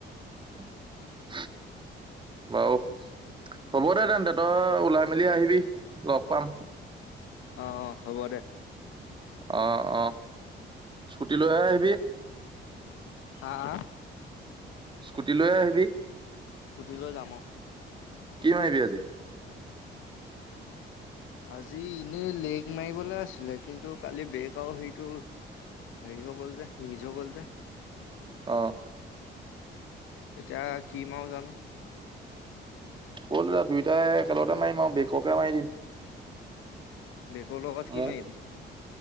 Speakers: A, on the right; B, on the left.
A: <unintelligible> অ হ'ব দে তেন্তে তই ওলাই মেলি আহিবি, লগ পাম।
B: অ', অ', হ'ব দে।
A: অ অ স্কুটি লৈহে আহিবি।
B: আ আ!
A: স্কুটি লৈহে আহিবি?
B: স্কুটি লৈ যাম।
A: কি মাৰিবি আজি?
B: আজি এনেই লেগ মাৰিবলৈ আছিলে কিন্তু কালি বেগ আৰু সেইটো হেৰি হৈ গ'ল যে নিজৰ গ'ল যে
A: অ।
B: এতিয়া কি মাও জানো।
A: ক'ল দাদা দুইটাই একেলগতে মাৰিম আৰু বেককে মাৰি দিম
B: বেকৰ লগত কি
A: মোৰ
B: মাৰিবি।